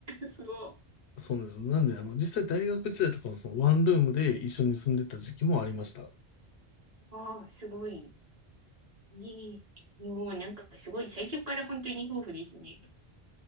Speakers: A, on the right; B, on the left.
A: <laughs> すごい。
B: そうなんです。なんで、あの、実際大学時代とかはそのワンルームで一緒に住んでた時期もありました。
A: ああ、すごい。ねえ。もうなんか、すごい、最初から本当に夫婦ですね。